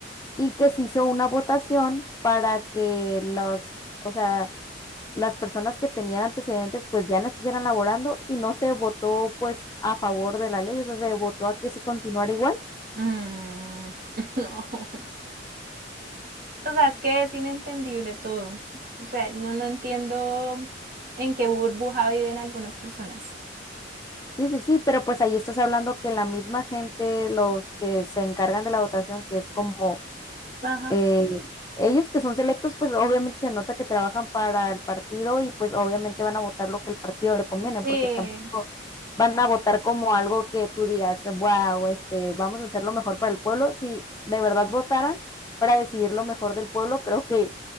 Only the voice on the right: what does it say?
Mm, <laughs> no. O sea, es que es inentendible todo. O sea, no, no entiendo en qué burbuja viven algunas personas.
Ajá.
Sí.